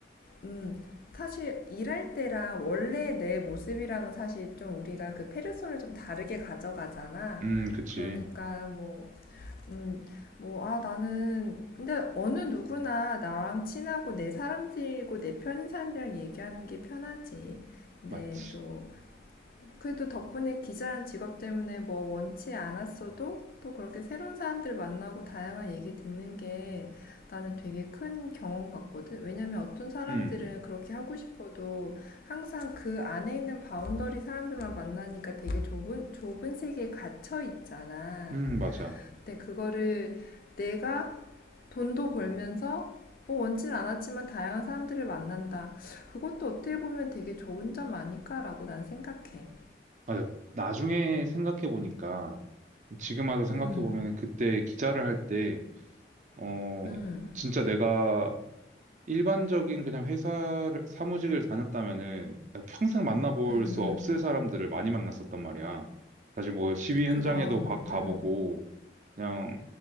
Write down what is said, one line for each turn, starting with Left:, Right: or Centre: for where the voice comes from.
Left: 음 사실 일할 때랑 원래 내 모습이랑은 사실 좀 우리가 그 페르소를 좀 다르게 가져가잖아.
Right: 음, 그치.
Left: 그러니까 뭐 음, 뭐, 아, 나는, 근데 어느 누구나 나랑 친하고 내 사람들이고 내 편인 사람들이랑 얘기하는 게 편하지. 근데
Right: 맞지.
Left: 또, 그래도 덕분에 기자란 직업 때문에 뭐 원치 않았어도 또 그렇게 새로운 사람들 만나고 다양한 얘기 듣는 게 나는 되게 큰 경험 같거든. 왜냐면 어떤 사람들은
Right: 음,
Left: 그렇게 하고 싶어도 항상 그 안에 있는 바운더리 사람들만 만나니까 되게 좁은, 좁은 세계에 갇혀 있잖아.
Right: 음, 맞아.
Left: 근데 그거를 내가 돈도 벌면서 뭐 원치는 않았지만 다양한 사람들을 만난다. 그것도 어떻게 보면 되게 좋은 점 아닐까라고 난 생각해.
Right: 맞아. 나중에 생각해 보니까, 지금 와서 생각해
Left: 음,
Right: 보면 그때 기자를 할때 어,
Left: 음,
Right: 진짜 내가 일반적인 그냥 회사를, 사무직을 다녔다면은 나 평생 만나볼
Left: 음, 음.
Right: 수 없을 사람들을 많이 만났었단 말이야. 사실 뭐 시위 현장에도
Left: 그럼,
Right: 바- 가보고,
Left: 음,
Right: 그냥,